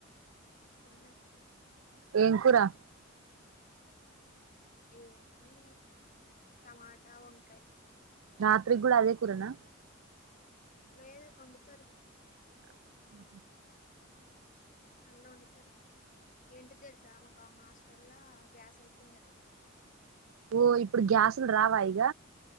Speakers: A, on the left (about 40°); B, on the right (about 85°).
A: తిన్న
B: ఏం కూరా
A: ఏంటిది టమాటా వంకాయ
B: రాత్రికి కూడా అదే కురనా
A: లేధు వండుతారు
B: అహ
A: మళ్ళా వండుతారు ఏంటి తెలుసా మా హాస్టల్ గ్యాస్ అయిపోయిందట
B: ఓ ఇప్పుడు గ్యాసులు రావా ఇగ